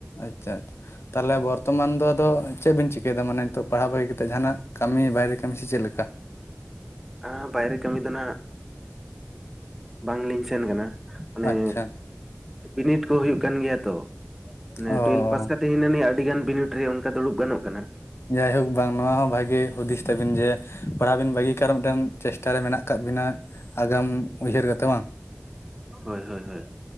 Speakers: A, on the left; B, in the centre.
A: ᱟᱪᱪᱷᱟ ᱟᱪᱪᱷᱟ ᱛᱟᱦᱚᱞᱮ ᱵᱚᱨᱛᱚᱢᱟᱱ ᱫᱚ ᱟᱫᱚ ᱪᱮᱫ ᱵᱤᱱ ᱪᱤᱠᱟᱹᱭᱮᱫᱟ ᱢᱟᱱᱮ ᱱᱤᱛᱚᱜ ᱯᱟᱲᱦᱟᱣ ᱵᱟᱹᱜᱤ ᱠᱟᱛᱮᱫ, ᱡᱟᱦᱟᱱᱟᱜ ᱠᱟᱹᱢᱤ ᱵᱟᱭᱨᱮ ᱠᱟᱹᱢᱤ ᱥᱮ ᱪᱮᱫ ᱞᱮᱠᱟ?
B: ᱟᱸ ᱵᱟᱭᱨᱮ ᱠᱟᱹᱢᱤ ᱫᱚ ᱱᱟᱜ ᱵᱟᱝ ᱞᱤᱧ ᱥᱮᱱ ᱠᱟᱱᱟ᱾ ᱟᱱᱮ
A: ᱟᱪᱪᱷᱟ
B: ᱵᱤᱱᱤᱰ ᱠᱚ ᱦᱩᱭᱩᱜ ᱠᱟᱱ ᱜᱮᱭᱟ ᱛᱚ
A: ᱚ
B: ᱴᱩᱭᱮᱞᱵᱷ ᱯᱟᱥ ᱠᱟᱛ ᱦᱤᱱᱟᱹ ᱱᱤᱭᱟᱹ ᱟᱹᱰᱤ ᱜᱟᱱ ᱵᱤᱱᱤᱰ ᱨᱮ ᱚᱱᱠᱟ ᱫᱩᱲᱩᱵ ᱜᱟᱱᱚᱜ ᱠᱟᱱᱟ᱾
A: ᱡᱟᱭᱦᱳᱠ ᱵᱟᱝ ᱱᱚᱣᱟ ᱦᱚᱸ ᱵᱷᱟᱜᱤ ᱦᱩᱫᱤᱥ ᱛᱟᱵᱤᱱ ᱡᱮ ᱯᱟᱲᱦᱟᱣ ᱵᱤᱱ ᱵᱟᱹᱜᱤ ᱠᱟᱜ ᱨᱮ ᱦᱚ ᱢᱤᱫ ᱴᱟᱝ ᱪᱮᱥᱴᱟᱨᱮ ᱢᱮᱱᱟᱜ ᱟᱠᱟᱫ ᱵᱤᱱᱟ ᱟᱜᱟᱢ ᱩᱭᱦᱟᱹᱨ ᱠᱟᱛᱮ ᱵᱟᱝ?
B: ᱦᱳᱭ ᱦᱳᱭ ᱦᱳᱭ